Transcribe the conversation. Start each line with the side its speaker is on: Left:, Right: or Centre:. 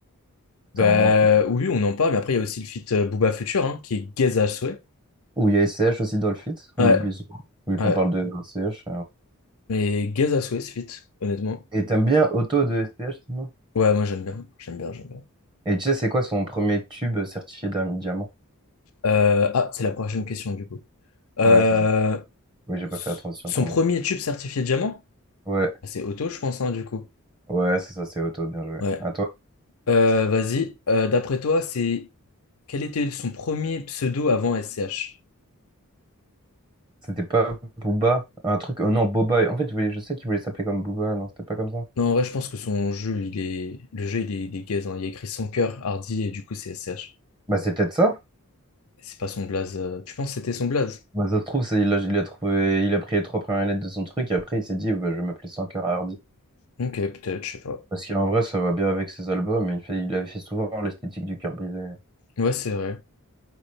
Right: c'était
Left: Bah,
Right: vraiment cool.
Left: oui, on en parle. Mais après, il y a aussi le feat euh, Booba Future, hein, qui est gaze à souhait.
Right: Ou il y a SCH aussi dans le feat, on
Left: Ouais,
Right: l'oublie souvent, vu qu'on
Left: ouais.
Right: parle de SCH.
Left: Mais gaze à souhait, ce feat, honnêtement.
Right: Et t'aimes bien Auto de STH, sinon?
Left: Ouais, moi, j'aime bien. J'aime bien, j'aime bien.
Right: Et tu sais, c'est quoi son premier tube certifié d'un diamant?
Left: Euh, ah, c'est la prochaine question, du coup. Euh,
Right: Ouais, c'est ça. Oui, j'ai pas
Left: s-
Right: fait la transition,
Left: son
Right: pardon.
Left: premier tube certifié diamant?
Right: Ouais,
Left: Ah, C'est auto, je pense, hein, du coup.
Right: ouais, c'est ça, c'est Auto, bien joué.
Left: Ouais.
Right: À toi.
Left: Euh, vas-y. Euh, d'après toi, c'est quel était son premier pseudo avant SCH?
Right: C'était pas Booba? Un truc. Oh non, Boba. En fait, il voulait- je sais qu'il voulait s'appeler comme Booba. Non, c'était pas comme ça.
Left: Non, en vrai, je pense que son jeu, il est. Le jeu, il est, il est gaze, hein. Il a écrit son cœur, Hardy, et du coup, c'est SCH.
Right: Bah, c'est peut-être ça.
Left: C'est pas son blaze. euh, Tu penses que c'était son blaze?
Right: Bah, ça se trouve, c'est- il a, il a trouvé, il a pris les trois premières lettres de son truc et après, il s'est dit, bah, je vais m'appeler Sans cœur à
Left: Ok, peut-être, je sais pas.
Right: Parce qu'en vrai, ça va bien avec ses albums. et Il fait, il avait fait souvent l'esthétique du cœur brisé.
Left: Ouais, c'est vrai.